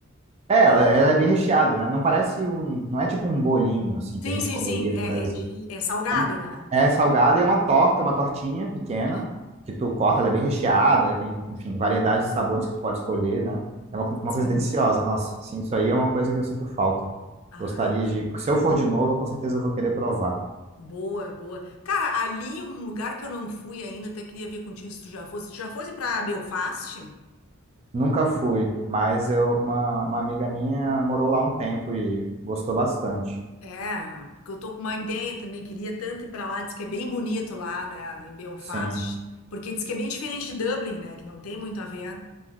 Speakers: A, on the right (about 30°); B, on the left (about 80°).
A: é, ela, ela é bem recheada, né? Não parece um, não é tipo um bolinho assim que
B: Sim,
A: a gente
B: sim,
A: comeria
B: sim. É,
A: no Brasil.
B: é de, é salgado,
A: É um-
B: né?
A: é salgada e é uma torta, uma tortinha pequena,
B: Aham,
A: que tu corta, ela é bem recheada, tem, enfim, variedade de sabores que tu pode escolher, né? É uma, co- uma
B: sim.
A: coisa deliciosa, nossa. Sim, isso aí é uma coisa que eu sinto falta.
B: Ai,
A: Gostaria
B: sim.
A: de. Se eu for de novo, com certeza eu vou querer provar.
B: Boa, boa. Cara, ali um lugar que eu não fui ainda, até queria ver contigo se tu já fosse. Tu já fosse pra Belfast?
A: Nunca fui, mas eu, uma, uma amiga minha morou lá um tempo e gostou bastante.
B: É, porque eu tô com uma ideia também, queria tanto ir pra lá, diz que é bem bonito lá, né, em Belfast.
A: Sim,
B: Porque diz que é bem diferente de Dublin, né, que não tem muito a ver.